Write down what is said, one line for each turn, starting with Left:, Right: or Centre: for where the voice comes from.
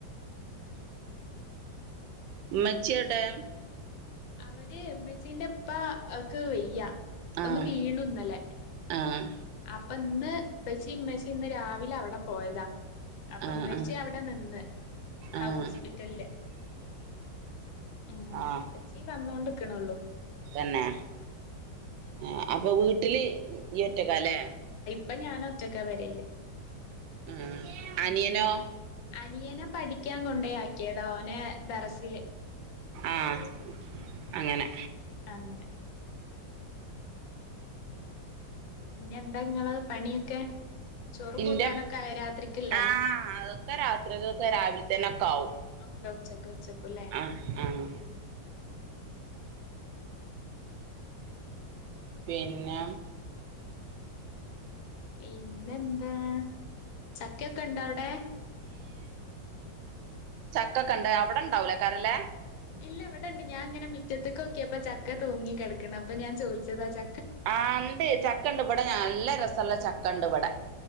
Left: ഊം
Right: ഉമ്മച്ചിയോ ടെ
Left: അവര് ഇമ്മച്ചീന്റെപ്പാക്ക് വയ്യ
Right: ആഹ്
Left: ഒന്ന് വീണു ഇന്നലെ
Right: ആഹ്
Left: അപ്പം ഇന്ന് ഇപച്ചിം ഉമ്മച്ചി ഇന്ന് രാവിലെ അവിടെ പോയതാ അപ്പൊ
Right: ആഹ്
Left: ഉമ്മച്ചി
Right: ആഹ്
Left: അവിടെ നിന്ന് ആ
Right: ആഹ്
Left: ഹോസ്പിറ്റലില് ഉം അപ്പ
Right: ആഹ്
Left: ഉപ്പച്ചി വന്നോണ്ട് ക്ക്ണൊള്ളൂ
Right: തന്നെ ആ അപ്പൊ വീട്ടില് ഇയൊറ്റ ക്കാലേ
Left: പ്പം ഞാൻ ഒറ്റക്ക പെരേല്
Right: ഉം അനിയനോ
Left: ഉം അനിയനെ പഠിക്കാൻ കൊണ്ട യാക്കിയതാ ഓനെ ദറസില്
Right: ആഹ്
Left: ഉം
Right: അങ്ങനെ
Left: അങ്ങനെ പിന്നെ എന്താ ഇങ്ങള് പണിയൊക്കെ ചോറും
Right: ഇന്റെ
Left: കൂട്ടാനൊക്കെ ആയോ രാത്രിക്കില്ലേ
Right: ആഹ് അതൊക്കെ രാത്രികക്ക് രാവിൽ തന്നെ ഒക്കെ ആവും
Left: ക്കെ ഉച്ചക്ക് വെച്ച കുല്ലേ
Right: ആഹ് ആഹ്
Left: ഉം
Right: പിന്നെ
Left: പിന്നെ എന്താ ചക്കയൊക്കെ ഇണ്ടോ ഔടെ
Right: ക്കെക്കണ്ട് അവിടെ ഉണ്ടാവുലേകാരല്ലേ
Left: ഇല്ല ഇവിടെണ്ട് ഞാൻ ഇങ്ങനെ മിറ്റത്ത്ക്കോക്ക്യപ്പോ ചക്ക തൂങ്ങി കെടക്ണ് അപ്പൊ ഞാൻ ചോദിച്ചതാ ച
Right: ആ ഇണ്ട് ചക്കണ്ട് ഇബടെ നല്ല രസള്ള ചക്കണ്ട് ഇവടെ